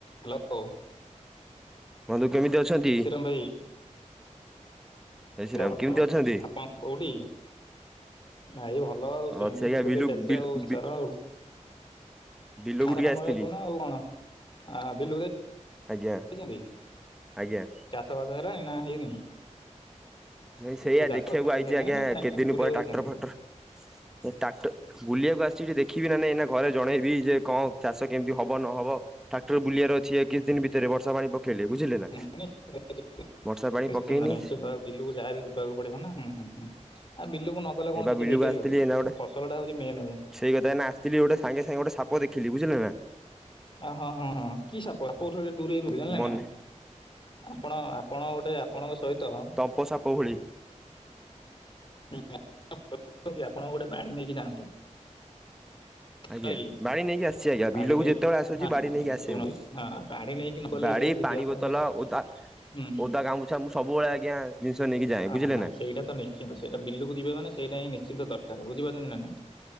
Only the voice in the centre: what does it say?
ବନ୍ଧୁ କେମିତି ଅଛନ୍ତି।
ଜୟ ଶ୍ରୀରାମ
କେମିତି ଅଛନ୍ତି।
ଅଛି ଆଜ୍ଞା
ବିଲୁ
ବିଲୁ
ବି
ବିଲକୁ
ଟିକେ ଆସିଥିଲି
ଆଜ୍ଞା
ଆଜ୍ଞା।
ନାଇଁ ସେଇଆା
ଦେଖିବାକୁ
ଆଇଛି
ଆଜ୍ଞା
କେତେ ଦିନ
ପରେ ଟ୍ରାକ୍ଟର
ଫାକ୍ଟର ଟ୍ରାକ୍ଟର ବୁଲିବାକୁ ଆସିଛି ଦେଖିବି ନା ନାଇଁ ନା ଘରେ ଜଣେଇବି ଯେ କଣ ଚାଷ କେମିତି ହବ ନହବ ଟ୍ରାକ୍ଟର ବୁଲିବାର ଅଛି ଏଇ କିଛି ଦିନ ଭିତରେ ବର୍ଷା ପାଣି ହବ ବୁଝିଲେ। ନା।
ବର୍ଷା ପାଣି
ପକେଇନି
ଏବା
ବିଲୁକୁ
ଆସିଥିଲି
ଏଇନା ଗୋଟେ
ସେଇ କଥା ଏଇନା ଆସିଥିଲି ଗୋଟେ ସାଙ୍ଗେ ସାଙ୍ଗେ ଗୋଟେ ସାପ ଦେଖିଲି ବୁଝିଲ ନା।
ମନେ
କେଉ ସାପ ଭଳି।
ଆଜ୍ଞା
ବାଡି ନେଇକି ଆସିଛି ଆଜ୍ଞା
ବିଲକୁ
ଯେତେବେଳେ ଆସୁଛି
ବାଡି
ନେଇକି ଆସେ
ମୁଁ।
ବାଡି,
ପାଣି
ବୋତଲ
ଓଦା
ଓଦା ଗାମୁଛା ମୁଁ ସବୁବେଳେ ଆଜ୍ଞା ଜିନିଷ ନେଇକି ଯାଏ ବୁଝିଲେ
ନା।